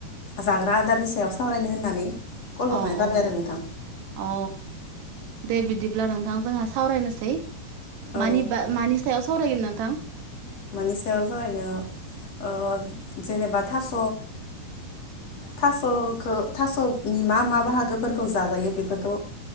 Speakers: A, on the left; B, on the right.
A: जाग्रा आदारनि सायाव सावरायनो होननानै कल हरनाय
B: अ
A: जाबाय
B: औ
A: आरो नोंथां
B: अ दे बिदिब्ला नोंथां जोंहा सावरायनोसै
A: औ
B: मानि सायाव सावरायगोन नों <inaudible> <unintelligible>
A: मानि सायाव थरैनो जेनेबा थास' थास'खौ थास'नि मा मा बाहागोफोरखौ जाजायो बेफोरखौ